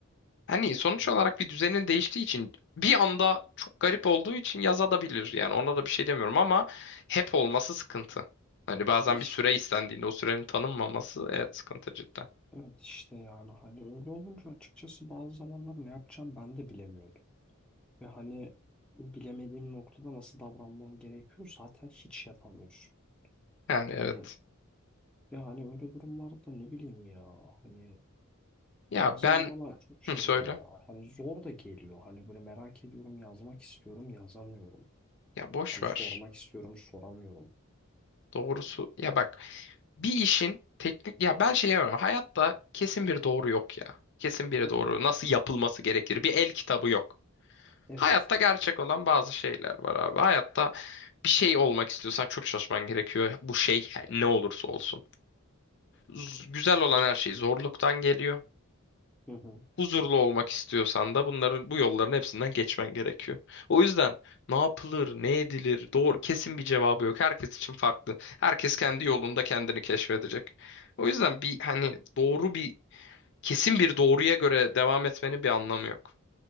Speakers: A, on the left (about 55°); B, in the centre.
A: Hani sonuç
B: Evet.
A: olarak bir düzenin değiştiği için bir anda çok garip olduğu için yazabilir. Yani ona da bir şey demiyorum ama hep olması sıkıntı. Hani bazen
B: İşte,
A: bir süre istendiğinde o sürenin tanınmaması evet sıkıntı cidden.
B: evet işte yani hani öyle olunca açıkçası bazı zamanlar ne yapacağım ben de bilemiyordum. Ve hani bilemediğim noktada nasıl davranmam gerekiyor zaten hiç yapamıyorsun.
A: Yani evet.
B: Hani Ya hani öyle durumlarda ne bileyim ya. Hani
A: Ya
B: bazen
A: ben
B: bana çok şey
A: Hı, söyle.
B: oluyor ya. Hani zor da geliyor. Hani böyle merak ediyorum, yazmak istiyorum, yazamıyorum.
A: Ya boş
B: Hani
A: ver.
B: sormak istiyorum, soramıyorum.
A: Doğrusu ya bak bir işin teknik ya ben şey yapıyorum. Hayatta kesin bir doğru yok ya. Kesin bir doğru.
B: Evet.
A: Nasıl yapılması gerekir? Bir el kitabı yok.
B: Evet.
A: Hayatta gerçek olan bazı şeyler var abi. Hayatta bir şey olmak istiyorsan çok çalışman gerekiyor. Bu şey ne olursa olsun. Z- güzel olan her şey zorluktan geliyor.
B: Hı hı.
A: Huzurlu olmak istiyorsan da bunların bu yolların hepsinden geçmen gerekiyor. O yüzden ne yapılır, ne edilir, doğru kesin bir cevabı yok. Herkes için farklı. Herkes kendi yolunda kendini keşfedecek. O yüzden bir hani doğru bir kesin bir doğruya göre devam etmenin bir anlamı yok.